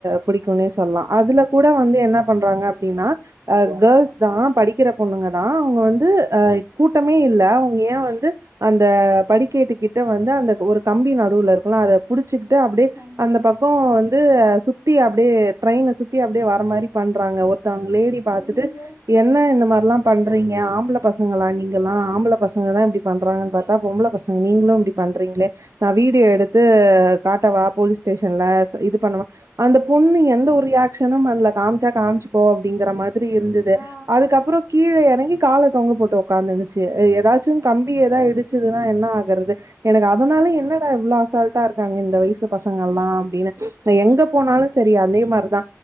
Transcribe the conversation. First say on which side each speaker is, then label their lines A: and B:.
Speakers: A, on the right (about 65°); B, on the right (about 25°).
A: பிடிக்கும்ன்னே சொல்லா அதுல கூட வந்து என்ன பண்றாங்க அப்டின்னா அ கேர்ள்ஸ் தா படிக்கிற பொண்ணுங்க தா அவங்க வந்து அஹ் கூட்டமே இல்ல அவங்க எய வந்து அந்த படிக்கேட்டுக்கிட்ட வந்து அந்த ஒரு கம்பி நடுவுல இருக்குல அத புடிச்சுக்கிட்டு அப்டியே
B: ஆமா
A: அந்த பக்க வந்து சுத்தி அப்டியே ட்ரெயின சுத்தி அப்டியே வர மாதிரி பண்றாங்க ஒரு ஒருத்தவங்க லேடி பாத்துட்டு
B: ஐயயோ
A: என்ன இந்த மாதிரில்லா பண்றீங்க ஆம்பள பசங்களா நீங்கல்லா ஆம்பள பசங்கல தா இப்டி பண்றாங்கன்னு பார்த்தா பொம்பள பசங்க நீங்களும் இப்டி பண்றீங்களே நா வீடியோ எடுத்து காட்டவா போலீஸ் ஸ்டேஷன்ல இது பண்ணுவா அந்த பொண்ணு எந்த ஒரு ரியாக்ஷனும் பண்ணுல காமிச்சா காமிச்சுக்கோ அப்டிங்கற மாதிரி இருந்துது
B: ஆ
A: அதுக்கப்பற கீழ இறங்கி கால தொங்க போட்டு உக்காந்துச்சு ஏதாச்சும்
B: ஐயயோ
A: கம்பி ஏதா இடிச்சதுன்னா என்ன ஆகுரது எனக்கு அதனால
B: ஆமா
A: என்னட இவ்வளோ அசால்ட் ட்டா இருக்காங்க இந்த வயசு பசங்கள் எல்லா அப்டின்னு நா எங்க
B: ம்
A: போனாலு சரி அதே மாதிரிதா